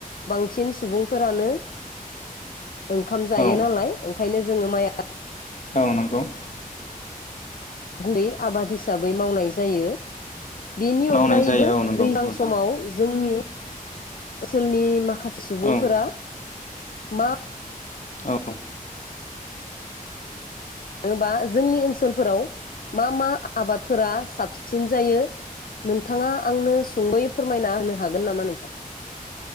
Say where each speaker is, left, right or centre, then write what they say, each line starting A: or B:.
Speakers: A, on the left (about 75°); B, on the left (about 55°).
A: बांसिन सुबुं फोरानो ओंखाम जायो
B: औ
A: नालाय ओंखायनो जोङो माइ आ <unintelligible>
B: औ नोंगौ
A: गुबैयै आबाद हिसाबै मावनाय जायो। बेनि
B: मावनाय
A: अनगायैबो
B: जायो औ नंगौ
A: दैज्लां
B: नोंथां
A: समाव जोंनि ओसोलनि मा खासे सुबुंफोरा
B: औ
A: मा
B: औ
A: होनोबा जोंनि ओनसोलफोराव मा मा आबाद फोरा साबसिन जायो। नोंथाङा आंनो सुंदयै फोरमायना होनो हागोन नामा नोंथां?